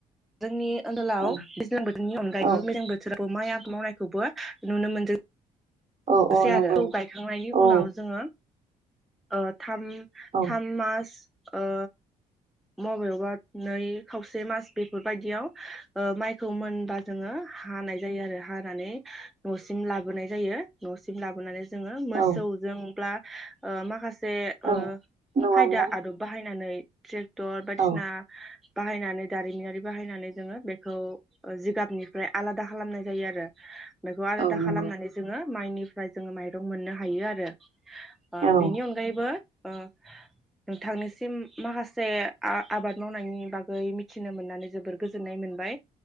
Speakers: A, in the centre; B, on the right.
A: जोंनि ओनसोलाव
B: औ
A: दैज्लां बोथोरनि अनगायैबो
B: औ
A: मेसें बोथोराव माइ <unintelligible> मावनायखौबो नुनो मोनदों।
B: औ औ
A: सै
B: नंगौ
A: आरो <unintelligible> गायखांनायनि
B: औ
A: उनाव जोङो ओ थाम
B: औ
A: थाम मास ओ मबेबा नै खावसे मास बेफोरबायदियाव ओ माइखौ मोनबा जोङो हानाय जायो आरो हानानै न'सिम लाबोनाय जायो न'सिम लाबोनानै जोङो मोसौ
B: औ
A: जोंब्ला ओ माखासे
B: औ
A: ओ
B: नङाब्ला
A: खायदा आदब बाहायनानै ट्रेक टर बायदिसिना
B: औ
A: बाहायनानै दारिमिनारि बाहायनानै जोङो बेखौ ओ जिगाबनिफ्राय आला दा खालामनाय जायो आरो। बेखौ आलादा
B: औ नंगौ
A: खालामनानै जोङो माइनिफ्राय जोङो माइरं मोननो हायो आरो। ओ
B: औ
A: बेनि अनगायैबो ओ नोंथांनिसिम माखासे जे आ-आबाद मावनायनि बागै मिथिनो मोननानै जोबोर गोजोननाय मोनबाय